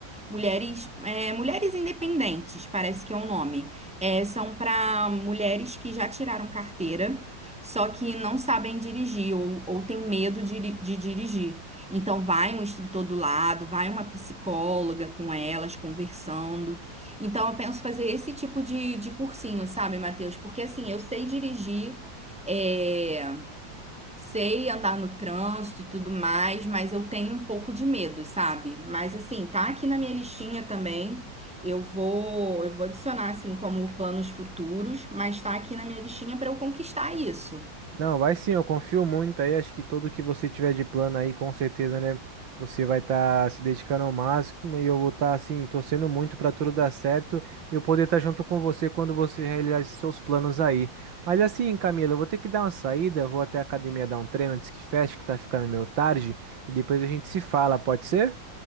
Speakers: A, in the centre; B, on the right.
A: mulheres, é, mulheres independentes, parece que é o nome. É, são para mulheres que já tiraram carteira, só que não sabem dirigir ou, ou têm medo de, iri- de dirigir. Então vai um instrutor do lado, vai uma psicóloga com elas conversando. Então eu penso fazer esse tipo de, de cursinho, sabe, Matheus? Porque assim, eu sei dirigir. É... Sei andar no trânsito e tudo mais, mas eu tenho um pouco de medo, sabe? Mas assim, tá aqui na minha listinha também. Eu vou, eu vou adicionar assim como planos futuros, mas tá aqui na minha listinha para eu conquistar isso.
B: Não, vai sim, eu confio muito aí. Acho que tudo que você tiver de plano aí, com certeza, né? Você vai estar se dedicando ao máximo e eu vou estar, assim, torcendo muito para tudo dar certo e eu poder estar junto com você quando você realizar esses seus planos aí. Mas assim, Camila, eu vou ter que dar uma saída, eu vou até a academia dar um treino antes que feche, que tá ficando meio tarde, e depois a gente se fala, pode ser?